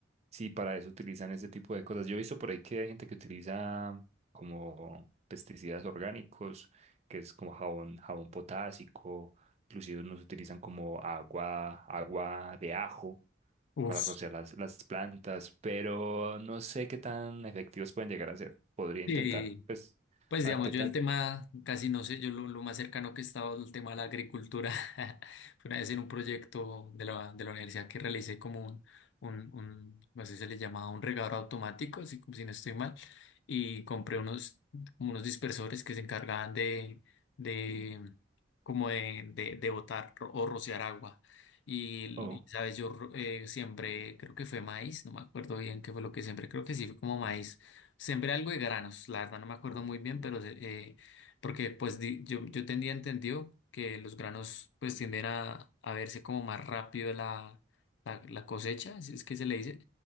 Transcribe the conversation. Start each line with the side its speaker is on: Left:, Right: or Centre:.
Right: sí, para eso utilizan ese tipo de cosas. Yo he visto por ahí que hay gente que utiliza como pesticidas orgánicos, que es como jabón, jabón potásico, inclusive nos utilizan como agua, agua de ajo
Left: Uf,
Right: para rociar las, las plantas, pero no sé qué tan efectivos pueden llegar a ser. Podría
Left: sí.
Right: intentar, pues,
Left: Pues digamos,
Right: a ver qué
Left: yo
Right: tan...
Left: el tema casi no sé, yo lo, lo más cercano que he estado al tema de la agricultura <laughs> fue una vez en un proyecto de la, de la universidad que realicé como un, un, un, no sé si se le llamaba un regador automático, si, si no estoy mal, y compré unos, como unos dispersores que se encargaban de, de como de, de, de botar ro- o rociar agua. Y,
Right: Oh,
Left: y, sabes, yo ro- eh, siembré, creo que fue maíz, no me acuerdo bien qué fue lo que siembré, creo que sí fue como maíz Sembré algo de granos, la verdad no me acuerdo muy bien, pero se- eh, porque pues di- yo, yo tenía entendido que los granos pues tienden a, a verse como más rápido la, la, la cosecha, si es que se le dice,